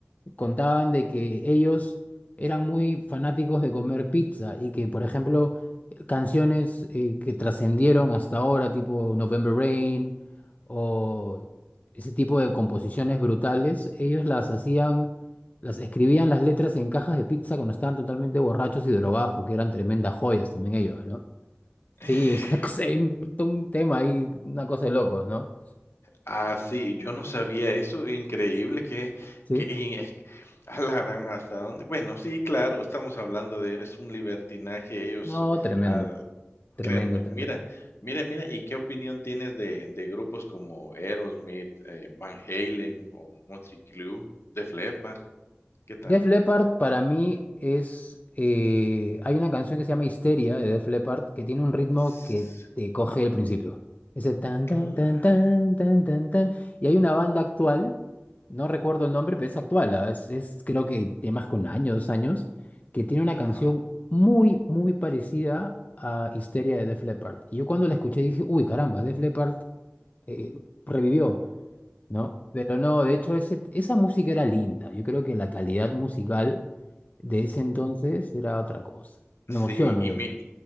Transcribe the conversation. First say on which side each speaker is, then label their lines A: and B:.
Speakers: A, on the left; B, on the left.
A: contaban de que ellos eran muy fanáticos de comer pizza y que, por ejemplo, canciones eh, que trascendieron hasta ahora, tipo November Rain o ese tipo de composiciones brutales, ellos las hacían, las escribían las letras en cajas de pizza cuando estaban totalmente borrachos y drogados, porque eran tremendas joyas también ellos, ¿no?
B: <laughs>
A: Sí, <laughs> es una cosa- un un tema ahí, una cosa de locos, ¿no?
B: Ah, sí, yo no sabía eso, increíble que
A: Sí.
B: que y eh, a la gran, <laughs> ¿hasta dónde? Bueno, sí, claro, estamos hablando de es un libertinaje, ellos,
A: No, tremendo,
B: ah,
A: tremendo,
B: créeme,
A: tremendo.
B: mira, mira, mira, ¿y qué opinión tienes de de grupos como Aerosmith, eh, Van Halen o Motley Crue, Def Leppard? ¿Qué tal?
A: Def Leppard para mí es... eh, hay una canción que se llama Histeria de Def Leppard que tiene un ritmo
B: S-
A: que te coge al principio. Ese tan,
B: Claro,
A: tan, tan, tan, tan, tan, tan. Y hay una banda actual, no recuerdo el nombre, pero es actual, ah, Es, es creo que tiene más que un año, dos años, que tiene una canción
B: ajá.
A: muy, muy parecida a Histeria de Def Leppard. Y yo cuando la escuché dije, uy, caramba, Def Leppard eh, revivió. ¿no? Pero no, de hecho ese, esa música era linda. Yo creo que la calidad musical de ese entonces era otra cosa. Me
B: Sí,
A: emociono
B: y
A: yo
B: mi
A: con él.